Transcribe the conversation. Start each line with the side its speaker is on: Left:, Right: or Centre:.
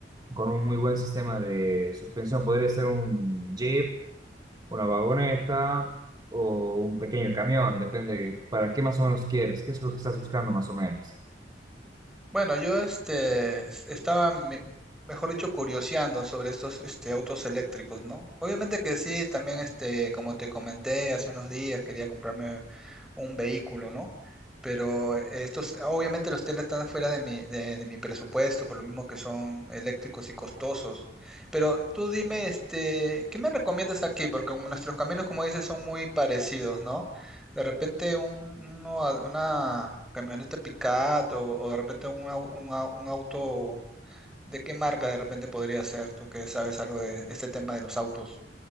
Right: con un muy buen sistema de suspensión. Podría ser un Jeep una vagoneta o un pequeño camión, depende de para qué más o menos quieres, qué es lo que estás buscando más o menos.
Centre: Bueno, yo este, es- estaba, me- mejor dicho, curioseando sobre estos este, autos eléctricos, ¿no? Obviamente que sí, también este, como te comenté hace unos días, quería comprarme un vehículo, ¿no? Pero eh, estos, obviamente los Tesla están fuera de mi, de, de mi presupuesto, por lo mismo que son eléctricos y costosos. Pero tú dime, este, ¿qué me recomiendas aquí? Porque como nuestros caminos, como dices, son muy parecidos, ¿no? De repente un- uno a- una camioneta pickup o, o de repente un, au- un au- un auto, ¿de qué marca de repente podría ser? Tú que sabes algo de este tema de los autos.